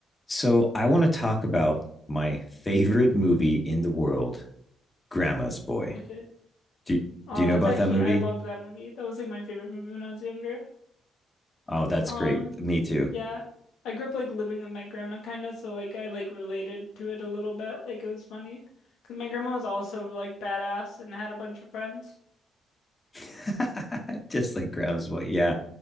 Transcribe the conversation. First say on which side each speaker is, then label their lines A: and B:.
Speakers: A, on the left; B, on the left.
A: So I want to talk about my favorite movie in the world, Grandma's Boy.
B: Okay.
A: Do
B: Oh,
A: do you
B: that's
A: know about
B: actually
A: that movie?
B: I loved that movie. That was like my favorite movie when I was younger.
A: Oh, that's
B: Um,
A: great. Me too.
B: yeah. I grew up like living with my grandma kind of, so like I like related to it a little bit. Like it was funny because my grandma was also like badass and had a bunch of friends.
A: <laughs> Just like Grandma's Boy. Yeah.